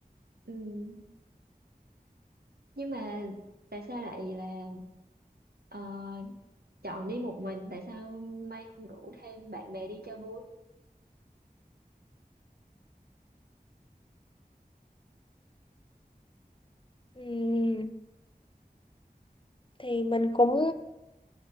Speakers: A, on the right; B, on the left.
A: Ừm, Nhưng mà tại sao lại là ờ, chọn đi một mình? Tại sao Mai không rủ thêm bạn bè đi cho vui?
B: Ừm, thì mình cũng